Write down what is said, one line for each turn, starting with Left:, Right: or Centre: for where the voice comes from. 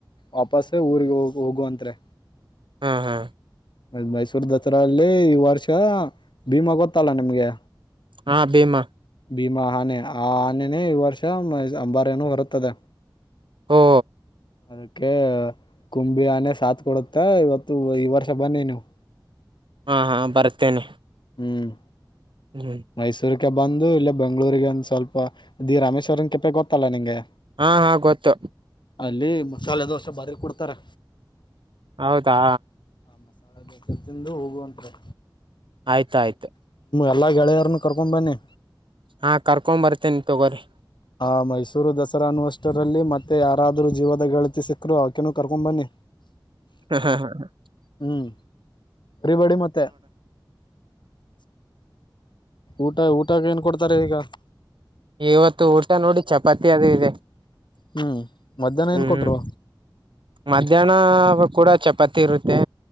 Left: ವಾಪಸ್ಸ ಊರಿಗೆ ಹೋಗ ಹೋಗುವಂತ ತತ್ರ್ರೆ
Right: ಹ್ಮ್ ಹ್ಮ್
Left: ಆಮೇಲೆ ಮೈಸೂರ್ ದಸರಾಲ್ಲಿ ಈ ವರ್ಷ ಭೀಮಾ ಗೊತ್ತಲ್ಲ ನಿಮ್ಗೆ
Right: ಹಾ ಭೀಮ
Left: ಭೀಮಾ ಆನೆ ಆ ಆನೆನೇ ಈ ವರ್ಷ ಅಂಬಾರಿ ಯನ ಹೊರುತ್ತದೆ.
Right: ಹ್ಮ
Left: ಅದಕ್ಕೆ ಕುಂಬಿ ಅನೆೆ ಸಾತ್ ಕೊಡುತ್ತೆ ಇವತ್ತು ಈ ವರ್ಷ ಬನ್ನಿ ನೀವು.
Right: ಹಾ ಹಾ ಬರ್ತೇನೆ
Left: ಹ್ಮ್
Right: ಹ್ಮ್
Left: ಮೈಸೂರು ಬಂದು ಇಲ್ಲೇ ಬೆಂಗಳೂರಿಗೆ ಒಂದ್ ಸ್ವಲ್ಪ ದಿ ರಾಮೇಶ್ವರನ್ ಕೆಪೆ ಗೊತ್ತಲ್ಲಾ ನಿಂಗೆ
Right: ಹಾ ಹಾ ಗೊತ್ತು
Left: ಅಲ್ಲಿ ಮಸಾಲೆ ದೋಸೆ ಬಾರಿ ಕೊಡ್ತಾರೆ
Right: ಹೌದಾ
Left: ಮಸಾಲೆ ಬಸದ್ದಂದು ಹೋಗುವಂತಾರೆ
Right: ಆಯ್ತಾಯ್ತು
Left: ಎಲ್ಲ ಗೆಳೆಯರನ್ನ ಕರ್ಕೊಂಬನ್ನಿ
Right: ಹಾ ಕರ್ಕೊಂಡ್ ಬರ್ತೇನೆ ತೊಗೋರಿ
Left: ಹಾ ಮೈಸೂರು ದಸರಾ ಅನ್ನುವಷ್ಟರಲ್ಲಿ ಮತ್ತೆ ಯಾರಾದ್ರರು ಜೀವದ ಗೆಳತಿ ಸಿಕ್ಕರು ಅವಕೇನ ಕರ್ಕೊ ಬನ್ನಿ
Right: ಹ್ಮ್ ಹ್ಮ ಹಾ ಹ
Left: ಹ್ಮ್ ಅಬಡಿ ಮತ್ತೆ ಊಟ ಊಟಕ್ಕೆ ಏನ್ ಕೊಡ್ತಾರೆ ಈಗ
Right: ಇವತ್ತು ಊಟ ನೋಡಿ ಚಪಾತಿ ಅದು ಇದೆ
Left: ಹ್ಞೂ ಮಧ್ಯಾಹ್ನ
Right: ಹ್ಮ್
Left: ಏನು ಕೊಟ್ಟರು
Right: ಮಧ್ಯಾಹ್ನ ಕೂಡ ಚಪಾತಿ ಇರುತ್ತೆ